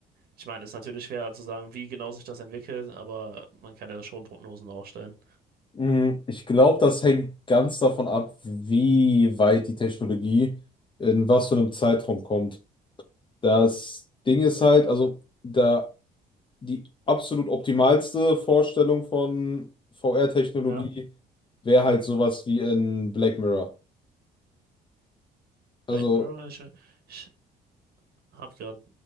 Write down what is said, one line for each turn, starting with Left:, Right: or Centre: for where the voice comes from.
Right: Ich meine, es ist natürlich schwer zu sagen, wie genau sich das entwickelt, aber man kann ja schon Prognosen aufstellen.
Left: Mm, Ich glaube, das hängt ganz davon ab, wie weit die Technologie in was für einem Zeitraum kommt. Das Ding ist halt, also da die absolut optimalste Vorstellung von VR-Technologie
Right: Ja,
Left: wäre halt sowas wie in Black Mirror. Also
Right: Black Mirror, ich, ich habe gerade,